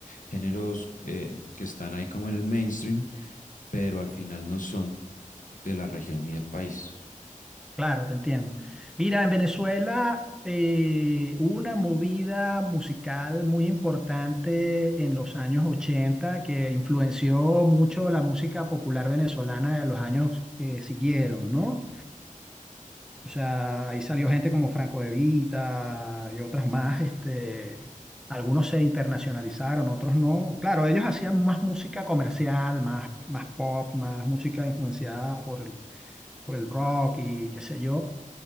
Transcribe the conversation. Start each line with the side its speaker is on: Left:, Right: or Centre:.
Left: géneros eh, que están ahí como en el mainstream, pero al final no son de la región ni del país.
Centre: Claro, te entiendo. Mira, en Venezuela eh, hubo una movida musical muy importante en los años 80 que influenció mucho la música popular venezolana en los años que siguieron, ¿no? O sea, ahí salió gente como Franco De Vita y otras más, este, algunos se internacionalizaron, otros no. Claro, ellos hacían más música comercial, más, más pop, más música influenciada por el, por el rock y qué sé yo.